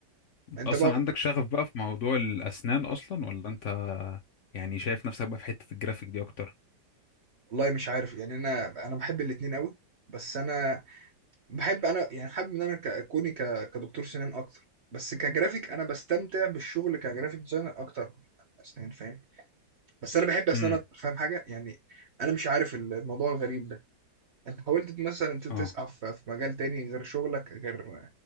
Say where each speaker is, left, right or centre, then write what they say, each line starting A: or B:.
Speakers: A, on the right; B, on the left.
A: انت
B: اصلا
A: بقى
B: عندك شغف بقى في موضوع الاسنان اصلا ولا انت يعني شايف نفسك بقى في حته الجرافيك دي اكتر
A: والله مش عارف يعني أنا أنا باحب الاتنين أوي، بس أنا باحب أنا يعني حابب إن أنا ك كوني ك كدكتور سنان أكتر، بس كGraphic أنا باستمتع بالشغل كGraphic Designer أكتر من أسنان فاهم، بس أنا باحب أسنان
B: امم
A: أكتر فاهم حاجة؟ يعني أنا مش عارف ال الموضوع الغريب ده، أنت حاولت ت مثلًا أنت تسعى
B: اه
A: في في مجال تاني غير شغلك، غير